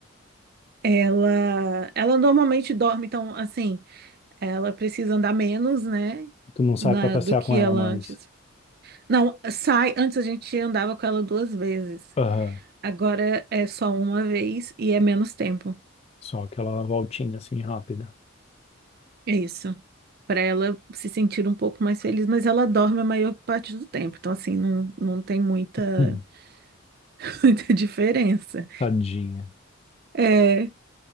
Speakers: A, on the right; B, on the left.
A: Ela, ela normalmente dorme, então, assim, ela precisa andar menos, né?
B: Tu não sai
A: na-
B: pra passear
A: do que
B: com ela
A: ela
B: mais.
A: antes. Não, sai, antes a gente andava com ela duas vezes.
B: Aham.
A: Agora é só uma vez e é menos tempo.
B: Só aquela voltinha assim rápida.
A: É isso. Para ela se sentir um pouco mais feliz, mas ela dorme a maior parte do tempo. Então, assim, não, não tem muita,
B: Hum,
A: <laughs> muita diferença.
B: Tadinha.
A: É,